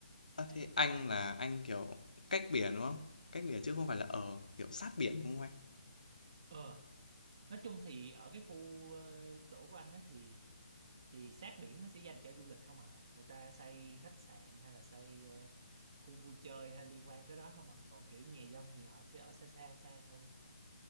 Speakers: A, on the left; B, on the right.
A: À,
B: đấy
A: thế anh là anh kiểu cách biển đúng không? Cách biển chứ không phải là ở kiểu sát biển đúng không anh?
B: ờ nói chung thì ở cái khu ờ, chỗ của anh á thì thì sát biển nó sẽ dành cho du lịch không ạ người ta xây khách sạn hay là xây ờ, khu vui chơi hay liên quan tới đó không ạ còn kiểu nhà dân thì họ sẽ ở xa xa xa thôi